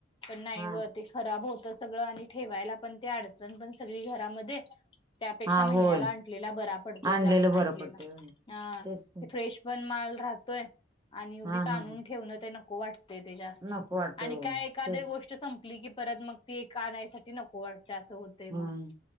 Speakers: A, on the left; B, on the right.
A: पण नाही
B: हा
A: वहत. ते खराब होतं सगळं आणि ठेवायला पण ते अडचण पण सगळी घरामध्ये! त्यापेक्षा
B: हा
A: महिन्याला
B: होय
A: आणलेला बरा पडतोय
B: आणलेलं
A: जाऊन
B: बरं
A: आणलेला,
B: पडतय होय.
A: अ
B: तेच की
A: ते फ्रेश पण माल राहतोय आणि उगीच
B: हा
A: आणून
B: हा
A: ठेवणं ते नको वाटत. ते जास्त
B: नको वाटतय
A: आणि
B: ओ
A: काय <inaudible> एखादी
B: तेच
A: गोष्ट संपली की परत मग ती एक आणायसाठी नको वाटते असं होतंय
B: होय.
A: मग